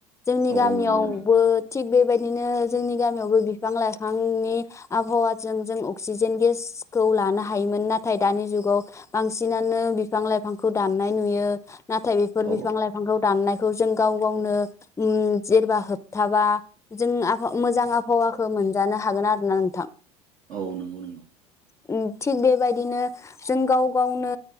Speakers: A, on the left; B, on the right.
A: जोंनि
B: औ
A: गामियावबो
B: औ नंगौ नंगौ
A: थिग बेबायदिनो जोंनि गामियावबो बिफां लाइफांनि आबहावाजों जों अक्सिजेन गेसखौ लानो हायोमोन नाथ थाय दानि जुगाव बांसिनानो बिफां लाइफांखौ दान्नाय नुयो नाथाय बेफोर
B: औ
A: बिफां लाइफांखौ दाननाय खौ‌ जों गाव गावनो उम जेरबा होबथाबा जों आबहा मोजां आबहावाखो मोनजानो हागोन आरोना नोंथां
B: औ नंगौ-नंगौ
A: उम थिक बेबाय दिनो जों गाव गावनो